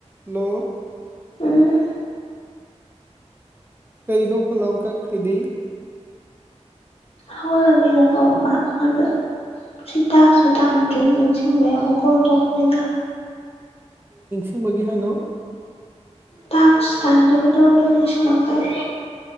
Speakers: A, on the right; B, on the left.
A: ꯅꯣ
B: ꯎꯝ
A: ꯀꯩꯅꯣ ꯐꯂꯣꯡ ꯀꯛꯈ꯭ꯔꯤꯗꯤ
B: ꯍ ꯂꯒꯦꯅ ꯇꯣꯝꯕ ꯍꯗ ꯁꯤꯇꯥ ꯁꯤ ꯇꯥꯟꯗ꯭ꯔꯤ ꯅꯤꯡꯁꯤꯡꯕ ꯑꯃꯨꯛ ꯀꯧꯊꯣꯛꯄꯅꯤꯗ
A: ꯅꯤꯡꯤꯡꯕꯒꯤ ꯍꯥꯏꯅꯣ
B: ꯇ ꯁꯥꯟꯗꯕꯤꯗ ꯑꯗꯨ ꯅꯤꯡꯁꯤꯄꯥꯏ